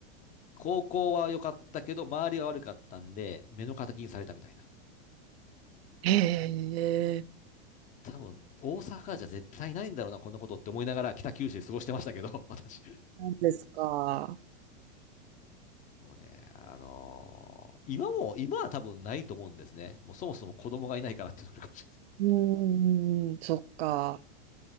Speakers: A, on the left; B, on the right.
A: 高校は良かったけど、周りが悪かったんで、目の敵にされたみたいな。
B: へえ、
A: 多分、大阪じゃ絶対ないんだろうな、こんなことって思いながら北九州で過ごしてましたけど、<laughs> 私。
B: なんですか。
A: もうね、あのー今も、今は多分ないと思うんですね。もうそもそも子供がいないからっていうのがあるかもしれませんけど。
B: うーん、そっか。